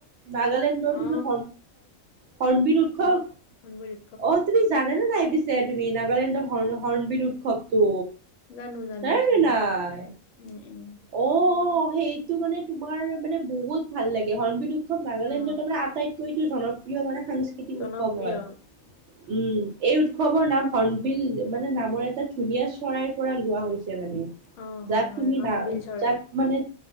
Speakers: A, on the right; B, on the left.
A: নাগালেণ্ডৰ
B: অ
A: তুমি হাৰ্ণ বিল উৎসৱ
B: হ বুলি
A: অ তুমি জানে নে নাই পিছে তুমি নাগালেণ্ডৰ
B: অ
A: হৰ্ণবিল উৎসৱটো
B: জানো জানো
A: সেই
B: জানো
A: তেনাই নাই
B: উম উম
A: অ অ সেইটো মানে তোমাৰ মানে বহুত ভাল লাগে হৰণবিটো খুব নাগালেণ্ডত
B: অ
A: মানে আটাইতকৈতো জনপ্ৰিয় মানে সাংস্কৃতিক
B: জনপ্ৰিয়
A: উৎসৱ হয় উম এই উৎসৱ উৎসৱৰ নাম হনবিল মানে নামৰ এটা ধুনীয়া চৰাইৰ পৰা লোৱা হৈছে মানে
B: অ
A: যাক
B: হয় হয়
A: তুমি
B: হৰ্ণবিল
A: না
B: চৰাই
A: যাক মানে